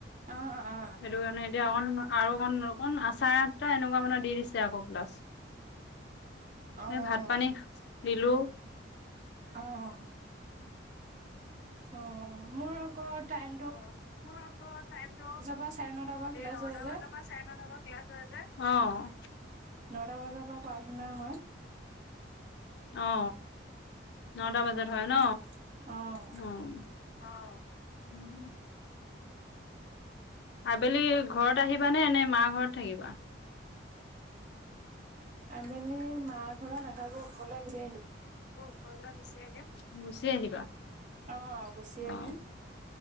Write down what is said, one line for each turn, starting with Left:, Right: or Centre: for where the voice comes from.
Right: অ', অ',
Left: সেইটো কাৰণে এতিয়া অকণ আৰু অকণ অকণ আচাৰ আঠটা, এনেকুৱা মানে দি দিছে আকৌ ক্লাছ।
Right: অ',
Left: এ ভাত পানী দিলোঁ।
Right: অ' অ' অ, মোৰ আকৌ টাইম
Left: অ মই আকৌ টাইমটো,
Right: পৰা চাৰে নটা পৰা ক্লাছ
Left: নটা
Right: হয় যে
Left: বজাৰ পৰা চাৰে নটা অ ।
Right: নটা বজাৰ পৰা প্ৰাৰ্থনা হয়।
Left: অ। নটা বজাত
Right: অ',
Left: হয় ন,
Right: অ',
Left: অ। উম। আবেলি ঘৰত আহিবানে নে মা ঘৰত থাকিবা?
Right: আবেলি মা ঘৰত নাথাকো, ঘৰলৈ গুচি আহিম।
Left: গুচি আহিবা গুচি আহিবা।
Right: অ গুচি
Left: অ
Right: আহিম।